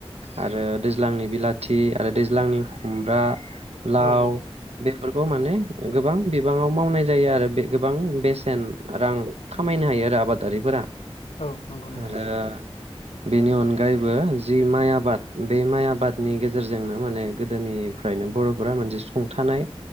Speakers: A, on the right; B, on the left.
A: आरो दैज्लांनि बिलाथि आरो दैज्लांनि खुमब्रा लाव
B: औ
A: खौ माने गोबां बिबाङाव मावनाय जायो आरो बे गोबां बेसेन रां खामायनो हायो आरो आबादारिफोरा।
B: औ नंगौ नोंथां।
A: आरो बेनि अनगायैबो जि माइ आबाद बे माइ आबादनि गेजेरजोंनो माने गोदोनिफ्राय नो बर'फोरा मोनसे सुंथानाय